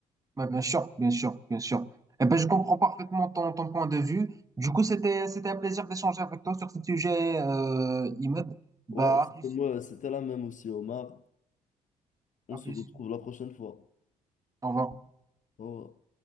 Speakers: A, on the right; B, on the left.
A: Ouais, bien sûr, bien sûr, bien sûr. Eh ben, je comprends parfaitement ton, ton point de vue. Du coup, c'était, c'était un plaisir d'échanger avec toi sur ce sujet, euh, Imad.
B: Ouais,
A: Bah,
B: c'était
A: à plus,
B: moi, c'était la même aussi, Omar. On
A: à
B: se
A: plus.
B: retrouve la prochaine fois.
A: Au revoir.
B: Au revoir.